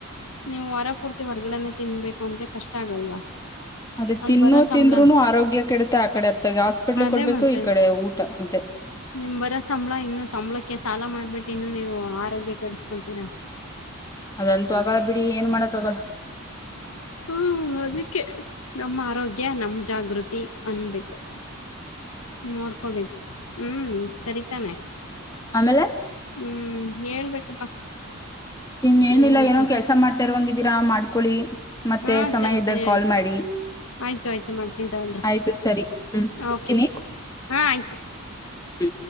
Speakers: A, on the left; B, on the left.
A: ನೀವು ವಾರ ಪೂರ್ತಿ ಹೊರ್ಗಡೆನೆ ತಿನ್ಬೇಕು ಅಂದ್ರೆ ಕಷ್ಟ ಆಗಲ್ವಾ
B: ಅದೇ
A: ಅಲ್ಲಿ
B: ತಿನ್ನೋ
A: ಬರೋ ಸಂಬಳ
B: ತಿಂದ್ರುನು ಆರೋಗ್ಯ ಕೆಡುತ್ತೆ ಆ ಕಡೆ ಅತ್ತ ಹಾಸ್ಪಿಟ್ಲ್
A: ಅದೇ
B: ಕೊಡ್ಬೇಕು
A: ಮತ್ತೆ
B: ಈ ಕಡೆ ಊಟ ಅದೇ
A: ನಿಮ್ ಬರೋ ಸಂಬಳ ಇನ್ನು ಸಂಬಳಕ್ಕೆ ಸಾಲ ಮಾಡ್ಬಿಟ್ಟು ಇನ್ನು ನೀವು ಆರೋಗ್ಯ ಕೆಡಸ್ಕೊತೀರಾ
B: ಅದಂತೂ ಆಗ ಬಿಡಿ ಏನ್ ಮಾಡಕ್ಕ ಆಗಲ್ಲ
A: ಹ್ಮ ಹ ಅದಕ್ಕೆ ನಮ್ಮ ಆರೋಗ್ಯ ನಮ್ಮ ಜಾಗೃತಿ ಅನ್ಬೇಕು ನೋಡ್ಕೋಬೇಕು ಹ್ಮ್ ಸರಿತಾನೆ
B: ಆಮೇಲೆ
A: ಹ್ಮ್ ಹೇಳ್ಬೇಕಪ್ಪಾ
B: ಇನ್ನ ಏನಿಲ್ಲ
A: ಏನೈತೆ
B: ಏನೋ ಕೆಲ್ಸ ಮಾಡ್ತಾ ಇರ್ವಂಗಿದ್ದೀರಾ ಮಾಡ್ಕೊಳ್ಳಿ ಮತ್ತೆ
A: ಹಾ
B: ಸಮಯ
A: ಸರಿ
B: ಇದ್ದಾಗ
A: ಸರಿ
B: ಕಾಲ್
A: ಆಯ್ತು
B: ಮಾಡಿ
A: ಆಯ್ತು ಆಯ್ತು ಮಾಡ್ತೀನಿ ತಗಳರಿ
B: ಆಯ್ತು ಸರಿ ಹ್ಮ್ ಇಡ್ತೀನಿ
A: ಓಕೆ ಹಾ ಆಯ್ತು
B: ಹ್ಮ್.